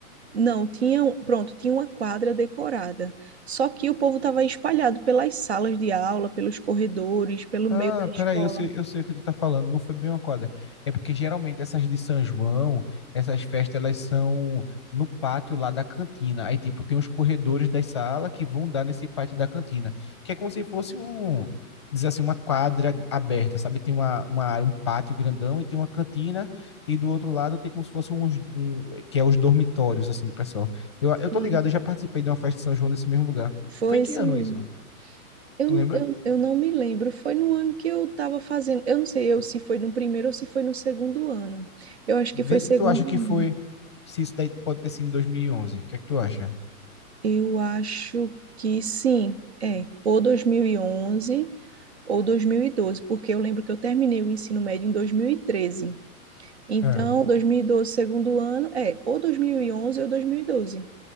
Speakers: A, on the right; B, on the left.
A: não, tinha, um- pronto, tinha uma quadra decorada. Só que o povo estava espalhado pelas salas de aula, pelos corredores, pelo meio
B: Ah,
A: da escola.
B: peraí, eu sei, eu sei o que tu tá falando, não foi bem uma quadra. É porque geralmente essas de São João, essas festas, elas são no pátio lá da cantina. Aí, tipo, tem os corredores da sala que vão dar nesse pátio da cantina, que é como se fosse um, dizer assim, uma quadra aberta, sabe? Tem uma, uma área, um pátio grandão e tem uma cantina, e do outro lado tem como se fosse uns, um, que é os dormitórios, assim, do pessoal. Eu, eu
A: Sim.
B: tô ligado, eu já participei de uma festa de São João nesse mesmo lugar.
A: Foi
B: Foi em
A: isso
B: que ano
A: mesmo.
B: isso?
A: Eu,
B: Tu lembra?
A: eu, eu não me lembro, foi no ano que eu estava fazendo, eu não sei eu se foi no primeiro ou se foi no segundo ano. Eu acho que
B: Vê
A: foi segundo
B: se tu acha que foi,
A: ano.
B: se isso daí pode ter sido em 2011. O que é que tu acha?
A: Eu acho que sim, é, ou 2011 ou 2012, porque eu lembro que eu terminei o ensino médio em 2013. Então,
B: Ah,
A: 2012, segundo ano, é, ou 2011 ou 2012.